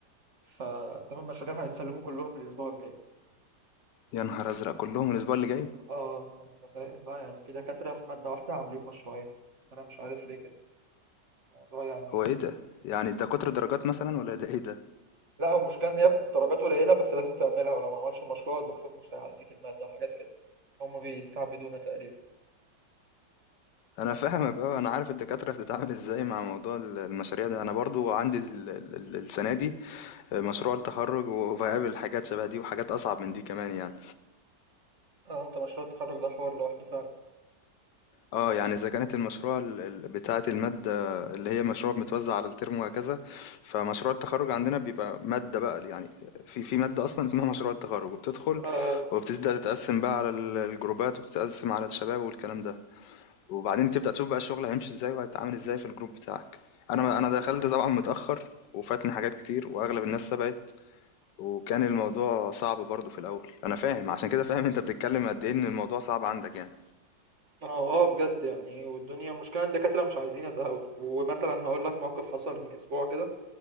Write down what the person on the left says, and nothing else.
يا نهار ازرق كلهم الاسبوع اللي جاي
هو ايه ده يعني ده كتر درجات مثلا ولا ده ايه ده
انا فاهمك اه انا عارف الدكاتره بتتعامل ازاي مع موضوع ال- المشاريع ده انا برضو عندي ال- ال- ال- السنه دي آه، مشروع التخرج وبقابل حاجات شبه دي وحاجات اصعب من دي كمان يعني
اه يعني اذا كانت المشروع ال- ال- بتاعة المادة اللي هي مشروع متوزع على الترم وهكذا فمشروع التخرج عندنا بيبقى مادة بقى يعني في في مادة اصلا اسمها مشروع التخرج وبتدخل
وبتبدأ تتقسم بقى على ال- الجروبات وبتتقسم على الشباب والكلام ده وبعدين بتبدأ تشوف بقى الشغل هيمشي ازاي وهيتعامل ازاي في الجروب بتاعك انا انا دخلت طبعا متأخر وفاتني حاجات كتير واغلب الناس سبقت وكان الموضوع صعب برضه في الاول انا فاهم عشان كده فاهم انت بتتكلم قد ايه ان الموضوع صعب عندك يعني